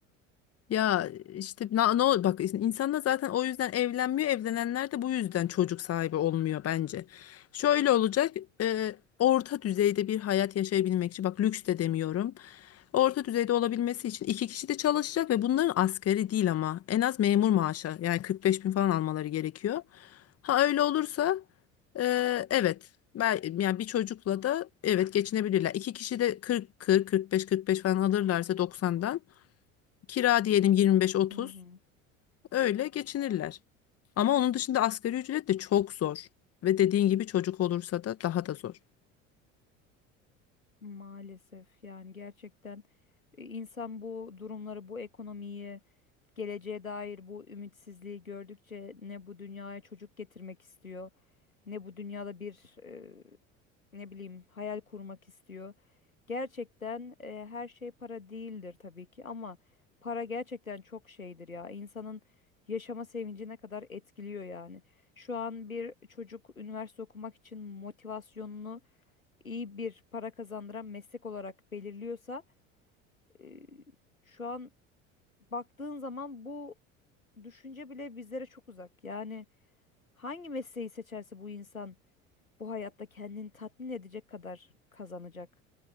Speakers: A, on the left; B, on the left.
A: Ya işte na- ne ol bak insanlar zaten o yüzden evlenmiyor. Evlenenler de bu yüzden çocuk sahibi olmuyor bence. Şöyle olacak. e, orta düzeyde bir hayat yaşayabilmek için bak lüks de demiyorum. Orta düzeyde olabilmesi için iki kişi de çalışacak ve bunların asgari değil ama en az memur maaşı yani 45 bin falan almaları gerekiyor. Ha öyle olursa e, evet ben, yani bir çocukla da evet geçinebilirler. İki kişi de 40 40 45 45 falan alırlarsa 90'dan Kira diyelim 25-30
B: Hı hı.
A: öyle geçinirler. Ama onun dışında asgari ücret de çok zor. Ve dediğin gibi çocuk olursa da daha da zor.
B: Maalesef yani gerçekten e, insan bu durumları, bu ekonomiyi, geleceğe dair bu ümitsizliği gördükçe ne bu dünyaya çocuk getirmek istiyor, ne bu dünyada bir e, ne bileyim hayal kurmak istiyor. Gerçekten e, her şey para değildir tabii ki ama para gerçekten çok şeydir ya. İnsanın yaşama sevincine kadar etkiliyor yani. Şu an bir çocuk üniversite okumak için motivasyonunu iyi bir para kazandıran meslek olarak belirliyorsa e, şu an baktığın zaman bu düşünce bile bizlere çok uzak. Yani hangi mesleği seçerse bu insan bu hayatta kendini tatmin edecek kadar kazanacak